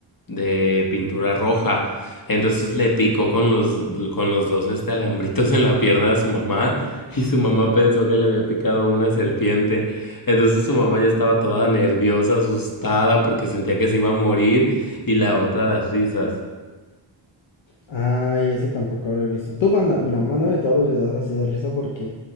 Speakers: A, on the left; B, on the left.
A: de pintura roja. Entonces le picó con los, con los dos este alambritos en la pierna a su mamá y su mamá pensó que le había picado una serpiente. Entonces su mamá ya estaba toda nerviosa, asustada porque sentía que se iba a morir y la otra las risas.
B: Ay, ese tampoco lo he visto. Tú manda, mira, mándame todos los videos así de risa porque